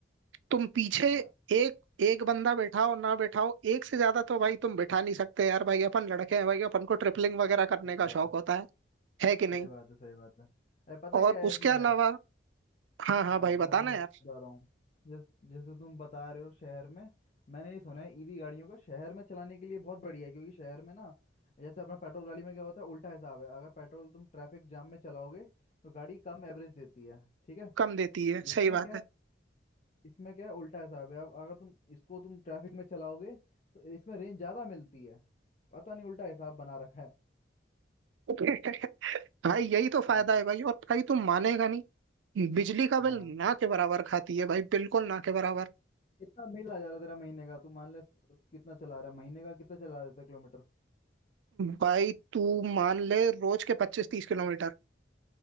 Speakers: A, on the right; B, on the left.
A: तुम पीछे
B: हाँ
A: एक एक बंदा बैठाओ ना बैठाओ एक से ज्यादा तो भाई तुम बैठा नहीं सकते यार भाई अपन लड़के हैं भाई अपन को ट्रिपलिंग वगैरह
B: सही
A: करने का
B: बात
A: शौक
B: है
A: होता है है कि नहीं
B: सही बात है सही बात है अरे पता
A: और
B: है क्या है
A: उसके
B: इसमें
A: अलावा
B: यार
A: हाँ हाँ
B: हाँ
A: भाई बताना
B: मैं तुम्हें
A: यार
B: बता रहा हूँ जैस, जैसे तुम बता रहे हो शहर में मैंने ये सुना है ईवी गाड़ियों का शहर में चलाने के लिए बहुत बढ़िया है क्योंकि शहर में ना जैसे अपना पेट्रोल गाड़ी में क्या होता है उल्टा हिसाब है अगर पेट्रोल तुम ट्रैफिक जाम में चलाओगे तो गाड़ी कम एवरेज देती है ठीक है
A: कम देती है
B: इसमें
A: सही बात
B: क्या है
A: है
B: इसमें क्या है उल्टा हिसाब है अब अगर तुम इसको तुम ट्रैफिक में चलाओगे तो इसमें रेंज ज़्यादा मिलती है पता नहीं उल्टा हिसाब बना रखा है
A: <laughs> भाई यही तो फायदा
B: हम्म,
A: है भाई और भाई तुम मानेगा नहीं बिजली का बिल
B: हाँ
A: ना के बराबर खाती है भाई बिल्कुल ना के बराबर
B: कितना बिल आ जा रहा है तेरा महीने का तू मान ले स- कितना चला रहा है महीने का कितना चला देता है किलोमीटर
A: भाई तू मान ले रोज के पच्चीस तीस किलोमीटर